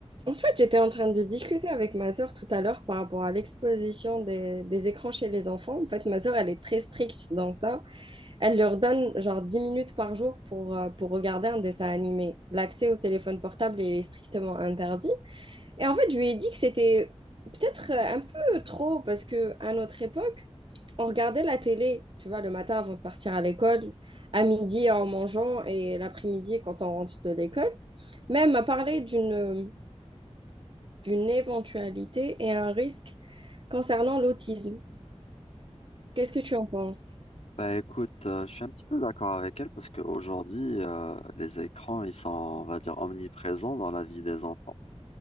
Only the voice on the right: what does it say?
En fait, j'étais en train de discuter avec ma sœur tout à l'heure par rapport à l'exposition des, des écrans chez les enfants. En fait, ma sœur, elle est très stricte dans ça. Elle leur donne genre 10 minutes par jour pour, euh, pour regarder un dessin animé. L'accès au téléphone portable est strictement interdit. Et en fait, je lui ai dit que c'était peut-être euh, un peu trop parce que à notre époque, on regardait la télé, tu vois, le matin avant de partir à l'école, à midi en mangeant et l'après-midi quand on rentre de l'école. Même à parler d'une euh, d'une éventualité et un risque concernant l'autisme. Qu'est-ce que tu en penses?